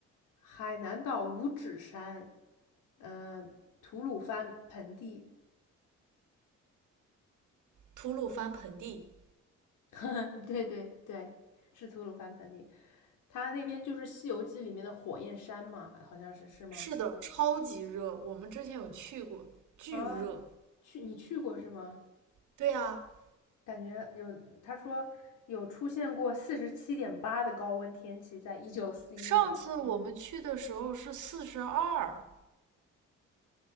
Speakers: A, on the left; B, on the right.
A: 海南岛五指山，嗯，吐鲁番盆地，
B: 吐鲁番盆地
A: <laughs> 对对对，是吐鲁番盆地，它那边就是《西游记》里面的火焰山嘛，好像是是吗？
B: 是的，超级热，我们之前有去过，巨热。
A: 啊，去你去过是吗？
B: 对呀，
A: 感觉有，他说有出现过四十七点八的高温天气，在一九四一年的时候。
B: 上次我们去的时候是四十二，